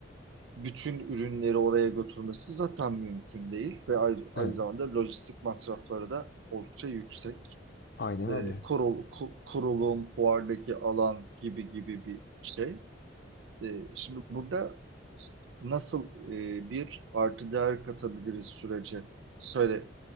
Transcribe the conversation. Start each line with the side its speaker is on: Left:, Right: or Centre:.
Right: bütün ürünleri oraya götürmesi zaten mümkün değil ve aynı, aynı
Left: Evet.
Right: zamanda lojistik masrafları da oldukça yüksek.
Left: Aynen
Right: E,
Left: öyle.
Right: kurul, ku- kurulum, fuardaki alan gibi gibi bir şey. E, şimdi burada nasıl e, bir artı değer katabiliriz sürece? Söyle